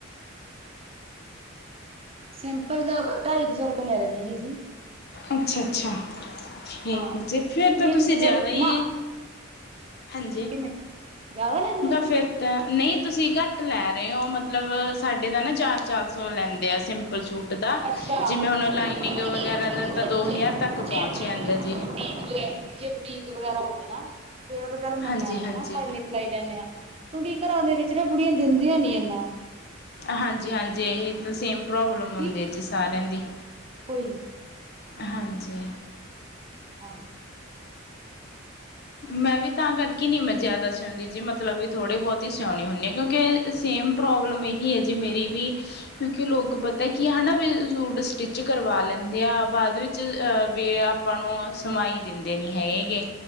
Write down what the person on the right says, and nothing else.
ਸਿੰਪਲ ਦਾ ਢਾਈ ਕ ਸੌ ਰੁਪਈਆ ਲੈ ਲੈਨੇ ਆ ਜੀ ਅਸੀਂ।
ਹਾਂ।
ਨਹੀਂ
ਵੀ ਮਤਲਬ
ਮਾ
ਕਿਵੇਂ ਜ਼ਿਆਦਾ ਲੈਂਦੀ
ਆ ਮੈਂ।
ਅੱਛਾ
ਫਿਰ
ਪਤਾ ਕੀ
ਗੱਲ
ਹੈਗੀ ਮਤਲਬ
ਜੇ ਆਪਣਾ
ਕੋਈ, ਬਟ
ਬਟੀਕ ਜੇ ਬੁਟੀਕ ਵਗੈਰਾ ਹੋਵੇ ਨਾ। ਫੇਰ ਤਾਂ ਚਲ ਮੰਨਿਆ
ਵੀ
ਹੈ ਨਾ ।ਆਪਾਂ ਇੰਨੀ ਸਿਲਾਈ ਲੈਂਨੇ ਹਾਂ। ਕਿਉਂਕਿ ਘਰਾਂ ਦੇ ਵਿੱਚ ਨਾ ਬੁੜੀਆਂ ਦਿੰਦੀਆਂ ਨੀ ਇਨਾਂ।
ਕੀ
ਕੋਈ ਨਹੀਂ।
ਹਾਂ।